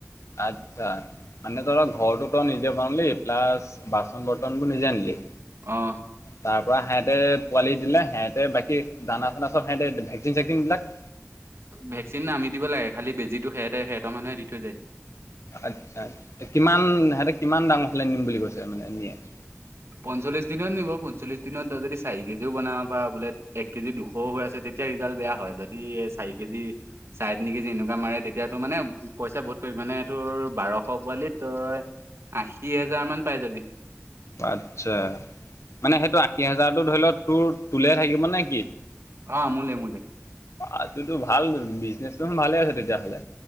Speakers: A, on the left; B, on the right.
A: আত আচ্ছা। মানে তই ঘৰটো তই নিজে বনিলি, প্লাছ বাচন-বৰ্তনবোৰ নিজে আনিলি।
B: অ'।
A: তাৰপা সেহঁতে পোৱালি দিলে, সেহতে বাকী দানা চানা চব সিহঁতে ভেকচিন চেকচিনবিলাক
B: ভেকচিন আমি দিব লাগে, খালি বেজিতো সেহতৰ সিহতৰ মানুহে দি থৈ যায়হি।
A: আচ্ছা, কিমান সিহঁতে কিমান ডাঙৰ প্লেনিং বুলি কৈছে মানে! <unintelligible>
B: পঞ্চল্লিশ দিনত নিব পঞ্চল্লিশ দিনত তই যদি চাৰি কেজিও বনাব পাৰ বোলে। এক কেজি দুশও হৈ আছে তে। তেতিয়া ৰিজাল্ট বেয়া হয়, যদি এ চাৰি কেজি। ছাৰে তিনি কেজি এনেকুৱা মাৰে তেতিয়াতো মানে পইচা বহুত পৰিমানে তোৰ বাৰশ পোৱালিত তই। আশী হাজাৰ মান পাই যাবি।
A: আচ্ছা মানে সেইটো আশী হাজাৰতো ধৰি ল তোৰ তোলে থাকিব নে কি?
B: অ' মোলে মোলে।
A: অ' যোনটো ভাল বিজনেচটো ভালে আছে তেতিয়াহ'লে।